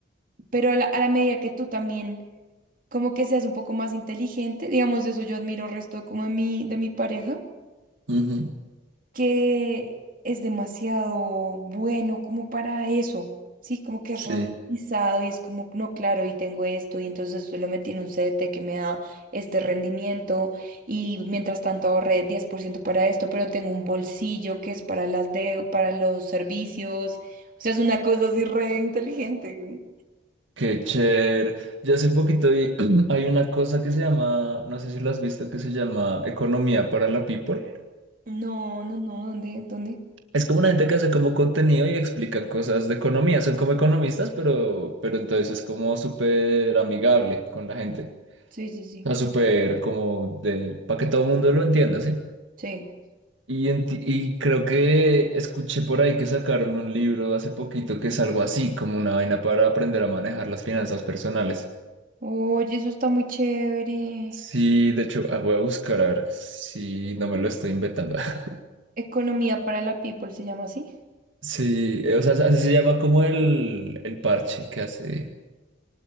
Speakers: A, on the right; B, on the right.
A: pero a la a la medida que tú también como que seas un poco más inteligente, digamos, eso yo admiro resto de como de mi, de mi pareja,
B: ujú,
A: que es demasiado bueno como para eso, sí, como que
B: sí.
A: es reorganizado y es como, no, claro, y tengo esto, y entonces esto lo metí en un CDT que me da este rendimiento, y mientras tanto ahorré 10% para esto, pero tengo un bolsillo que es para las de, para los servicios, o sea, es una cosa así re inteligente.
B: Qué chévere. Yo hace poquito vi, <clears throat> hay una cosa que se llama, no sé si lo has visto, que se llama Economía para la People.
A: No, no, no, ¿dónde? ¿Dónde?
B: Es como una gente que hace como contenido y explican cosas de economía. Son como economistas, pero, pero entonces es como súper amigable con la gente.
A: Sí, sí, sí,
B: O sea, súper como de, para que todo el mundo lo entienda, ¿sí?
A: sí.
B: Y, enti- y creo que escuché por ahí que sacaron un libro hace poquito que es algo así, como una vaina para aprender a manejar las finanzas personales.
A: Oye, eso está muy chévere.
B: Sí, de hecho, ah, voy a buscar a ver si no me lo estoy inventando. <laughs>
A: Economía para la people se llama así.
B: Sí, eh, o sea, así se llama como el, el parche que hace,